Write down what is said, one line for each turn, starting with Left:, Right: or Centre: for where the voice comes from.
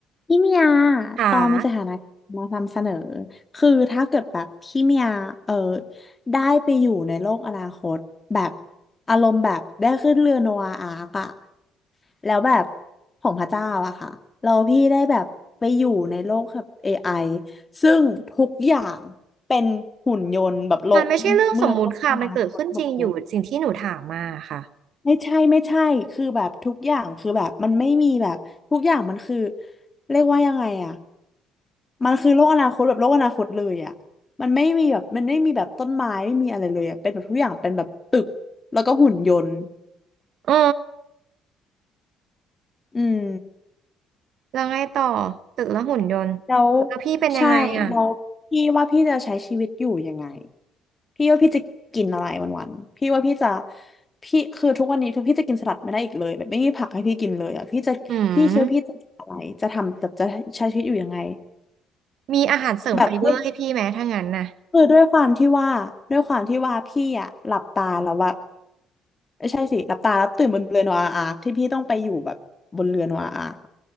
Left: พี่เมีย
Right: ค่ะ
Left: ตองมีสถานะมานำเสนอ คือถ้าเกิดแบบพี่เมียเออได้ไปอยู่ในโลกอนาคตแบบอารมณ์แบบได้ขึ้นเรือโนอาอาร์กอะแล้วแบบของพระเจ้าอะค่ะ เราพี่ได้แบบไปอยู่ในโลกแบบ AI ซึ่งทุกอย่างเป็นหุ่นยนต์แบบโลกเมืองโลกอนาคตหมดเลย
Right: มันไม่ใช่เรื่องสมมุติค่ะ มันเกิดขึ้นจริงอยู่สิ่งที่หนูถามมาค่ะ
Left: ไม่ใช่ไม่ใช่คือแบบทุกอย่างคือแบบมันไม่มีแบบทุกอย่างมันคือเรียกว่ายังไงอะมันคือโลกอนาคตแบบโลกอนาคตเลยอะมันไม่มีแบบมันไม่มีแบบต้นไม้ไม่มีอะไรเลยอะเป็นแบบทุกอย่างเป็นแบบตึกแล้วก็หุ่นยนต์
Right: เออ
Left: อืม
Right: แล้วไงต่อตึกและหุ่นยนต์
Left: แล้ว
Right: แล้วพี่เป็นยังไงอ่ะ
Left: ใช่แล้วพี่ว่าพี่จะใช้ชีวิตอยู่ยังไงพี่ว่าพี่จะกินอะไรวันๆพี่ว่าพี่จะพี่คือทุกวันนี้คือพี่จะกินสลัดไม่ได้อีกเลยแบบไม่มีผักให้พี่กินเลยอ่ะพี่จะพี่คิดว่าพี่จะกินอะไรจะทำจะจะใช้ชีวิตอยู่ยังไง
Right: อืม มีอาหารเสริมไฟเบอร์ให้พี่ไหมถ้างั้นน่ะ
Left: แบบไม่คือด้วยความที่ว่าด้วยความที่ว่าพี่อ่ะหลับตาแล้วว่าไม่ใช่สิหลับตาแล้วตื่นบนเรือโนอาอาร์คที่พี่ต้องไปอยู่แบบบนเรือโนอาอาร์ค